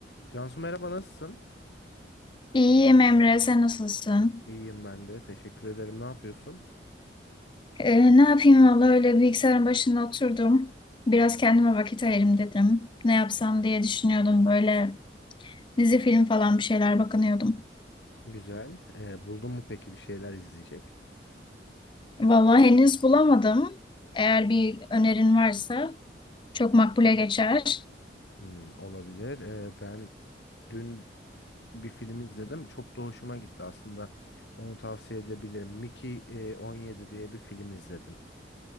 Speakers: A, on the left; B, on the left.
A: Cansu merhaba nasılsın?
B: İyiyim Emre, sen nasılsın?
A: İyiyim ben de. Teşekkür ederim. Ne yapıyorsun?
B: Ee, ne yapayım valla öyle bilgisayarın başında oturdum. Biraz kendime vakit ayırayım dedim. Ne yapsam diye düşünüyordum böyle dizi film falan bir şeyler bakınıyordum.
A: Güzel. Ee, buldun mu peki bir şeyler izleyecek?
B: Valla henüz bulamadım. Eğer bir önerin varsa çok makbule geçer.
A: Hmm, olabilir. Ee, ben dün bir film izledim. Çok da hoşuma gitti aslında. Onu tavsiye edebilirim. Mickey e, 17 diye bir film izledim.